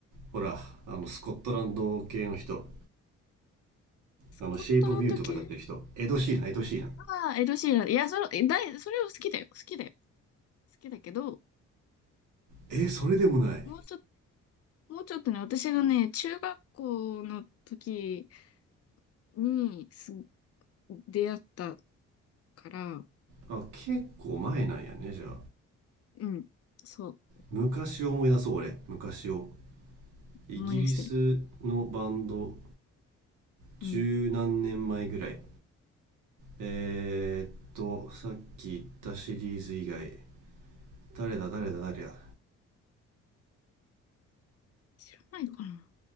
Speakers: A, on the right; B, on the left.
A: ほらあのスコットランド系の人
B: スコットランド系
A: あのシェイプ・オブ・ユーとかだってる人エド・シーランエド・シーラン
B: ああー、エド・シーラン。いや、それ、えだい、それを好きだよ。好きだよ。好きだけど、
A: えーそれでもない
B: もうちょっと、もうちょっとね、私がね、中学校の時にす出会ったから、
A: あ、結構前なんやね、じゃあ。
B: うん。そう。
A: 昔を思い出そう、俺。昔を。イギリスのバンド、
B: 思い出して。
A: 十何年前ぐらい。
B: うん。
A: えーっと、さっき言ったシリーズ以外、誰だ、誰だ、誰だ。わ
B: 知らないかな。